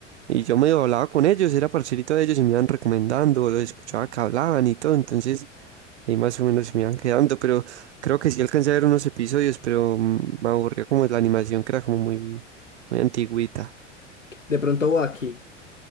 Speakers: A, on the right; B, on the left.
A: y yo me hablaba con ellos, era parcerito de ellos y me iban recomendando, los escuchaba que hablaban y todo, entonces ahí más o menos me iban quedando, pero creo que sí alcancé a ver unos episodios, pero mm, me aburrió como la animación que era como muy, muy antigüita.
B: De pronto Baki,